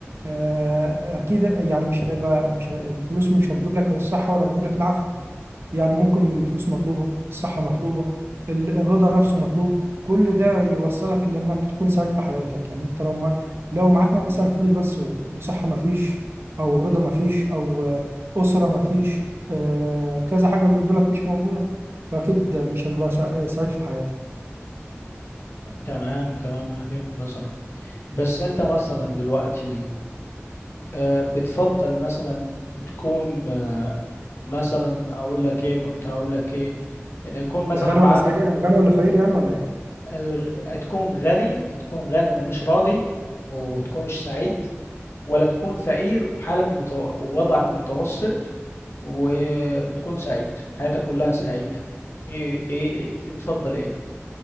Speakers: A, on the right (about 55°); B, on the left (about 60°).
A: آه، اكيد يعني مش هيبقى مش ه- الفلوس مش هتجيب لك الصحه ولا هتجيب لك العافيه يعني ممكن الفلوس مطلوبه الصحه مطلوبه ال- الرضا نفسه مطلوب كل ده يوصلك لانك تكون سعيد في حياتك يعني انت لو ما لو معاك مثلا فلوس بس و- وصحه ما فيش او رضا ما فيش او آه، اسره ما فيش آه، كذا حاجه من دولت مش موجوده فاكيد مش هتبقى سع- سعيد في حياتك
B: تمام تمام انا فهمت نظرك بس انت مثلا دلوقتي آه، بتفضل مثلا تكون آه، مثلا اقول لك ايه كنت هقول لك ايه ان يكون مثلا
A: غني
B: معاك
A: ولا سعيد يعني- غني ولا فقير يعني ولا ايه
B: الغ... تكون غني تكون غني ومش راضي وتكونش سعيد ولا تكون فقير وحالك مت... ووضعك متوسط وتكون سعيد حياتك كلها سعيدة ايه ايه, إيه... اتفضل ايه